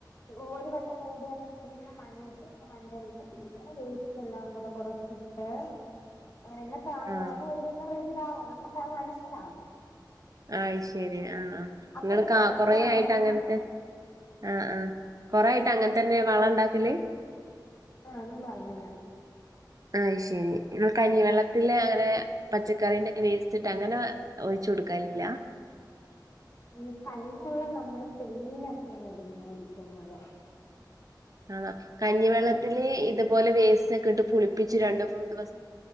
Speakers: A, on the left; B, on the right.
A: ഒര് വെട്ടം റെഡിയ ആക്കി ഇട്ടിരുന്നാ മണ്ണിട്ട് മണ്ടലി ഇപ്പം പിന്നെ വേസ്റ്റ് എല്ലാം കൂടെ കൊറച്ചിട്ട് എങ്ങനെ താണ
B: ആഹ്
A: ഒര് ദെവസം റെഡി ആവും <unintelligible> മനസ്സിലവാം
B: ആയ് ശെരി ആഹ് ആഹ് ആഹ്
A: അപ്പൊ
B: നിങ്ങള്
A: ഈ
B: കാ
A: പൈപ്പ്
B: കൊറേയിട്ട്
A: നമ്മളങ്ങ്
B: അങ്ങനത്തെ
A: മ
B: ആഹ് ആഹ് കൊറായിട്ട് അങ്ങനെ തന്നെയാ വളം ഒണ്ടാക്കല്ല്
A: ആഹ് <unintelligible>
B: ആഹ് ശെരി കഞ്ഞി വെള്ളത്തില് അങ്ങനെ പച്ചക്കറീന്റെക്കെ വേസ്റ്റ്ട്ട് അങ്ങനെ ഒഴിച്ചു കൊടുക്കലില്യാ
A: ഈ കഞ്ഞി വെള്ളം നമ്മള് തെങ്ങീനൊക്കെയാണ് <unintelligible>
B: ആഹ് കഞ്ഞിവെള്ളത്തില്
A: ഉം
B: ഇതുപോലെ വോസ്റ്റോക്കേ ഇട്ട് പുളിപ്പിച്ച് രണ്ട് മൂന്ന് ദെവ